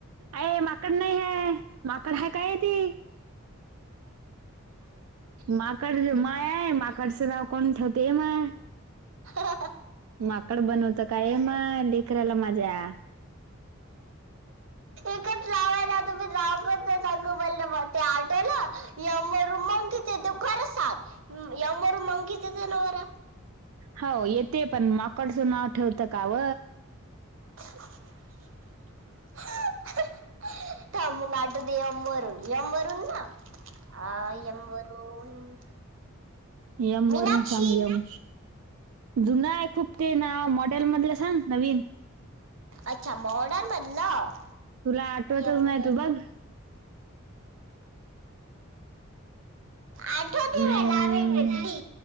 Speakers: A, on the right (about 80°); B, on the right (about 65°).
A: अय माकड नाही है. माकड हाय का काय ती. माकड मा आहेय माकडच नाव कोण ठेवताय ए माय.
B: <unintelligible>
A: माकड बनवता काय, ये माय लेकराला माझ्या.
B: रा <unintelligible> <inaudible> गब ते आटवला य मग किथ तू खर सांग <unintelligible> यव मर मंगीत जनावार <unintelligible>
A: हो येते पण माकडचं नाव ठेवतं का व?
B: <unintelligible> <inaudible> मग आठू दे. यम वरून ना <unintelligible> आ एम वरून <unintelligible>
A: यम
B: मीनाक्षी
A: वरून सांग, एम वरून- जुना आहे, खूप ते नाव मॉडेल मधलं सांग नवीन.
B: अच्छा. मॉडेल मधलं.
A: तुला आठवतच
B: यम
A: नाही
B: वरून
A: तू बघ.
B: आठवते
A: हम्म
B: मला, मी बोलली